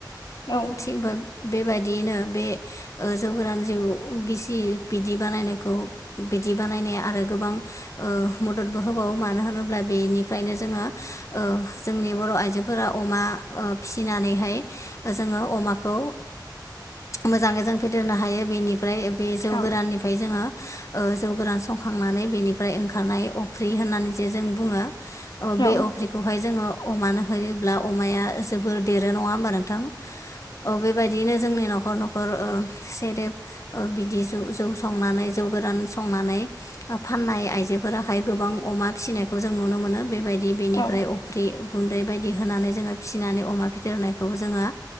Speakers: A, on the left (about 65°); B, on the left (about 40°).
A: औ
B: थिग बा। बेबायदियैनो बे जौगोरान जिउ गिसि बिदि बानायनायखौ बि बानायनाय आरो गोबां मददबो होबावो मानो होनोब्ला बेनिफ्रायनो जोङो। जोंनि बर' आइजोफोरा अमा फिसिनानैहाय जोङो अमाखौ मोजाङै जों फेदेरनो हायो बेनिफ्राय ओमफ्राय बे जौ
A: औ
B: गोराननिफ्राय जोङो जौ गोरान संखांनानै बेनिफ्राय ओंखारनाय अफ्रि होननानै जे जों बुङो बे
A: औ
B: अफ्रिखौहाय जोङो अमानो होयोब्ला अमाया जोबोर देरो नङा होमबा नोंथां? औ बेबायदिनो जोंनि न' न'खर न'खर सेरेब बिदि जौ संनानै जौ गोरान संनानै फाननाय आइजोफोराहाय गोबां अमा फिसिनायखौ जों नुनो मोनो बेबायदि बेनिफ्राय
A: औ
B: अफ्रि गुन्दै बायदि दि होनानै जोङो फिसिनानै अमा फेदेरनायखौ जोङो